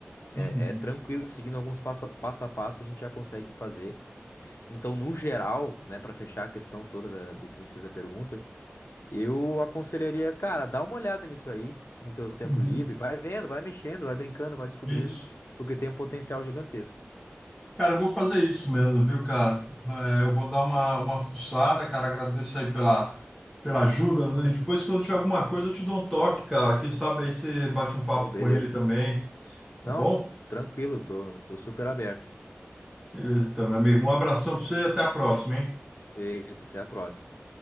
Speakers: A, on the left; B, in the centre.
A: É,
B: Uhum.
A: é tranquilo, seguindo alguns passo, a- passo a passo, a gente já consegue fazer. Então, no geral, né, para fechar a questão toda da- do que me fez a pergunta, eu aconselharia, cara, dá uma olhada nisso aí, no teu tempo
B: Uhum.
A: livre, vai vendo, vai mexendo, vai brincando, vai descobrindo,
B: Isso.
A: porque tem um potencial gigantesco.
B: Cara, eu vou fazer isso mesmo, viu, cara? É, eu vou dar uma, uma fuçada, cara. Agradeço aí pela, pela ajuda, né? E depois, quando tiver alguma coisa, eu te dou um toque, cara. Quem sabe aí você bate um papo
A: Pô, beleza.
B: com ele também, tá
A: Não,
B: bom?
A: tranquilo, tô, tô super aberto.
B: Beleza, então, meu amigo. Um abração pra você e até a próxima, hein?
A: Feito, até a próxima.